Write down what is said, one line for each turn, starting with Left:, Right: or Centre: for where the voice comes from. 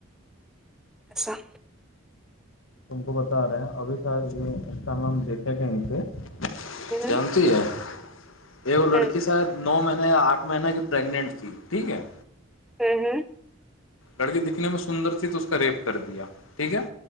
Centre: ऐसा
Left: तुमको बता रहे हं अभी स इंस्टा मे हम देखे कही से
Centre: हम्म
Left: जानती है एगो लड़की
Centre: हम्म
Left: शायद नौ महीना या आठ महीना कि प्रेग्नेंट थी ठीक है
Centre: हुँ हुँ
Left: लड़की दिखने मे सुन्दरथी तऽ उसका रेप कर दिया ठीक है